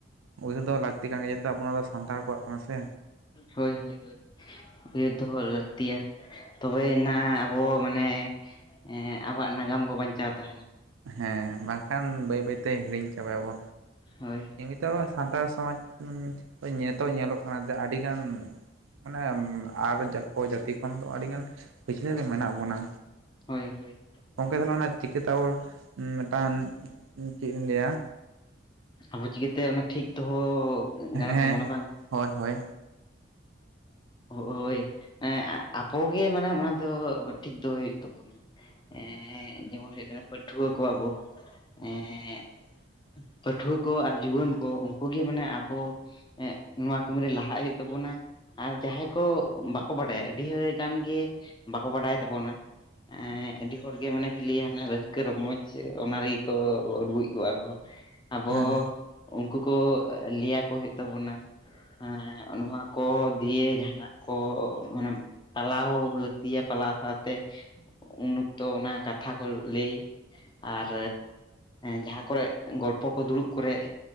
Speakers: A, on the right; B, on the left.
A: ᱩᱭᱦᱟᱹᱨ ᱫᱚᱦᱚ ᱞᱟᱹᱠᱛᱤ ᱠᱟᱱ ᱜᱮᱭᱟ ᱡᱟᱛᱮ ᱟᱵᱚ ᱱᱚᱣᱟ ᱫᱚ ᱥᱟᱱᱛᱟᱲ ᱠᱚᱣᱟᱜ ᱠᱟᱱᱟ ᱥᱮ
B: ᱦᱳᱭ ᱦᱳᱭ ᱦᱳᱭ ᱩᱭᱦᱟᱹᱨ ᱫᱚᱦᱚ ᱞᱟᱹᱠᱛᱤᱭᱟ ᱛᱚᱵᱮᱭᱱᱟ ᱟᱵᱚ ᱢᱟᱱᱮ ᱦᱮᱸ ᱟᱵᱚᱣᱟᱜ ᱱᱟᱜᱟᱢ ᱠᱚ ᱵᱟᱧᱪᱟᱣ ᱛᱟᱦᱮᱱᱟ᱾
A: ᱦᱮᱸ ᱵᱟᱝᱠᱷᱟᱱ ᱵᱟᱹᱭ ᱵᱟᱹᱭᱛᱮ ᱦᱤᱲᱤᱧ ᱪᱟᱵᱟᱭ ᱟᱵᱚ
B: ᱦᱳᱭ
A: ᱱᱤᱛᱚᱜ ᱦᱚᱸ ᱥᱟᱱᱛᱟᱲ ᱥᱚᱢᱟᱡᱽ ᱱᱤᱛᱚᱜ ᱧᱮᱞᱚᱜ ᱠᱟᱱᱟ ᱡᱮ ᱟᱹᱰᱤᱜᱟᱱ ᱢᱟᱱᱮ ᱟᱨ ᱡᱚᱛᱚ ᱡᱟᱹᱛᱤ ᱠᱷᱚᱱ ᱫᱚ ᱟᱹᱰᱤᱜᱟᱱ ᱯᱟᱹᱪᱞᱟᱹ ᱨᱮ ᱢᱮᱱᱟᱜ ᱵᱚᱱᱟ
B: ᱦᱳᱭ ᱦᱳᱭ
A: ᱜᱚᱢᱠᱮ ᱛᱟᱦᱚᱞᱮ ᱚᱱᱟ ᱪᱤᱠᱤ ᱛᱮ ᱚᱞ ᱢᱤᱫᱴᱟᱝ ᱪᱮᱫ ᱤᱧ ᱞᱟᱹᱭᱟ
B: ᱟᱵᱚ ᱪᱤᱠᱟᱹᱛᱮ ᱚᱱᱟ ᱴᱷᱤᱠ ᱫᱚᱦᱚ ᱜᱟᱱᱚᱜ
A: ᱦᱮᱸ
B: ᱛᱟᱵᱚᱱᱟ ᱵᱟᱝ
A: ᱦᱳᱭ ᱦᱳᱭ
B: ᱦᱳᱭ ᱟᱵᱚᱜᱮ ᱢᱟᱱᱮ ᱚᱱᱟ ᱫᱚ ᱴᱷᱤᱠ ᱫᱚᱦᱚᱭ ᱦᱩᱭᱩᱜ ᱛᱟᱵᱚᱱᱟ ᱮᱸᱻ ᱡᱮᱢᱚᱱ ᱦᱩᱭᱩᱜ ᱠᱟᱱᱟ ᱯᱟᱹᱴᱷᱩᱣᱟᱹ ᱠᱚ ᱟᱵᱚ ᱮᱸᱻ ᱯᱟᱹᱴᱷᱩᱣᱟᱹ ᱠᱚ ᱟᱨ ᱡᱩᱣᱟᱹᱱ ᱠᱚ ᱩᱱᱠᱩ ᱜᱮ ᱢᱟᱱᱮ ᱟᱵᱚ ᱱᱚᱣᱟ ᱠᱟᱹᱢᱤᱨᱮ ᱞᱟᱦᱟᱜ ᱦᱩᱭᱩᱜ ᱛᱟᱵᱚᱱᱟ ᱟᱨ ᱡᱟᱦᱟᱸᱭ ᱠᱚ ᱵᱟᱠᱚ ᱵᱟᱰᱟᱭᱟ ᱟᱹᱰᱤ ᱜᱟᱱ ᱜᱮ ᱵᱟᱠᱚ ᱵᱟᱰᱟᱭ ᱛᱟᱵᱚᱱᱟ ᱦᱮᱸ ᱟᱹᱰᱤ ᱦᱚᱲᱜᱮ ᱢᱟᱱᱮ ᱞᱟᱹᱭᱟ ᱦᱟᱱᱮ ᱨᱟᱹᱥᱠᱟᱹ ᱨᱚᱢᱚᱡᱽ ᱚᱱᱟ ᱨᱮᱜᱮ ᱠᱚ ᱰᱩᱰᱩᱡ ᱠᱚᱜᱼᱟ ᱠᱚ ᱟᱵᱚ
A: ᱦᱮᱸ
B: ᱩᱱᱠᱩ ᱠᱚ ᱞᱟᱹᱭᱟᱠᱚ ᱦᱩᱭᱩᱜ ᱛᱟᱵᱚᱱᱟ ᱦᱮᱸ ᱱᱚᱣᱟ ᱠᱚ ᱫᱤᱭᱮ ᱡᱟᱦᱟᱱᱟᱜ ᱠᱚ ᱢᱟᱱᱮ ᱯᱟᱞᱟᱣ ᱞᱟᱹᱠᱛᱤᱭᱟ ᱯᱟᱞᱟᱣ ᱥᱟᱶᱛᱮ ᱩᱱ ᱚᱠᱛᱚ ᱚᱱᱟ ᱠᱟᱛᱷᱟ ᱠᱚ ᱞᱟᱹᱭ ᱟᱨ ᱡᱟᱦᱟᱸ ᱠᱚᱨᱮ ᱜᱚᱞᱯᱚ ᱠᱚ ᱫᱩᱲᱩᱵ ᱠᱚᱨᱮᱜ